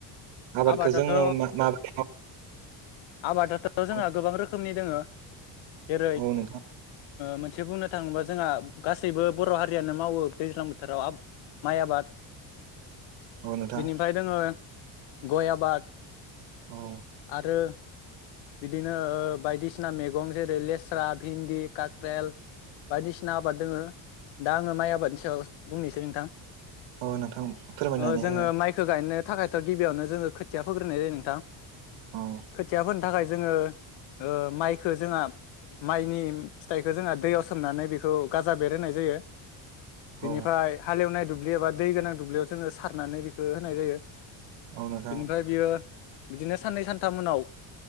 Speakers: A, on the right; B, on the left.
A: आबादखौ
B: आबादाथ'
A: जोङो मा माबोरै
B: आबादाथ'
A: मावो?
B: जोंहा गोबां रोखोमनि दोङो। जेरै-
A: औ नोंथां
B: मोनसे बुंनो थाङोबा जोंहा गासैबो बर' हारियानो मावो दैज्लां बोथोराव आबाद माइ आबाद
A: औ नोंथां
B: बिनिफ्राय दोङो गय आबाद
A: औ
B: आरो बिदिनो बायदिसिना मैगं जेरै- लेस्रा, भिन्दि, काक्रेल, बायदिसिना आबाद दोङो। दा आङो माइ आबादनि सायाव बुंनोसै नोंथां।
A: औ नोंथां फोरमायनानै
B: ओ जोङो
A: हो
B: माइखौ गायनो थाखायथ' गिबियावनो जोङो खोथिया फोग्रोनाय जायो नोंथां।
A: औ
B: खोथिया फोनो जोङो माइखो जोंहा माइनि फिथाइखौ जोंहा दैयाव सोमनानै बेखौ गाजा बेरहोनाय जायो। बिनिफ्राय
A: औ
B: हालेवनाय दुब्लि एबा दै गोनां दुब्लियाव जोङो सारनानै बेखौ होनाय जायो।
A: औ नोंथां
B: बिनिफ्राय बियो बिदिनो साननै सानथाम उनाव